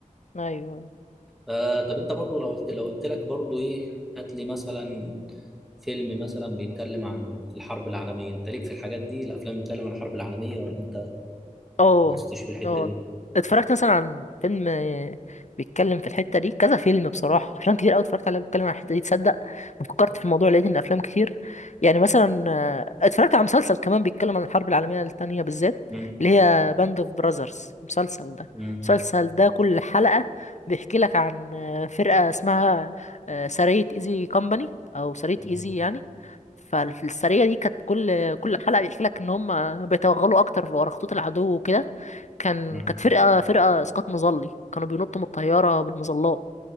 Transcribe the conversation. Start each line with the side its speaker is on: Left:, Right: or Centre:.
Left: ايوه
Centre: آه طب انت برضو لو قلت لو قلت لك برضو ايه هات لي مثلا فيلم مثلا بيتكلم عن الحرب العالميه انت ليك في الحاجات دي الافلام بتتكلم عن الحرب العالميه ولا انت
Left: اه
Centre: دوستش في الحتة
Left: اه
Centre: دي
Left: اتفرجت مثلا عن فيلم آه، بيتكلم في الحتة دي كذا فيلم بصراحة أفلام كتير أوي اتفرجت عليها بيتكلم عن الحتة دي تصدق ما فكرت في الموضوع لقيت إن أفلام كتير يعني مثلا آه، اتفرجت على مسلسل كمان بيتكلم عن الحرب العالمية التانية بالذات
Centre: مم.
Left: اللي هي باند اوف براذرز المسلسل ده
Centre: مم.
Left: المسلسل ده كل حلقة بيحكي لك عن آه، فرقة اسمها آه، سرية ايزي كومباني أو سرية
Centre: مم.
Left: ايزي يعني فالسرية دي كانت كل كل حلقة بيحكي لك ان هم بيتوغلوا اكتر ورا خطوط العدو وكده كان
Centre: مم.
Left: كانت فرقة فرقة اسقاط مظلي كانوا بينطوا من الطيارة بالمظلات